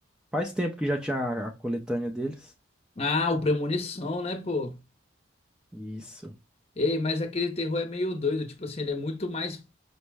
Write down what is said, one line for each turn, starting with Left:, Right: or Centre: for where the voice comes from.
Centre: faz tempo que já tinha a, a coletânea deles.
Left: Ah, o Premonição, né, pô?
Centre: Isso.
Left: Ei, mas aquele terror é meio doido, tipo assim, ele é muito mais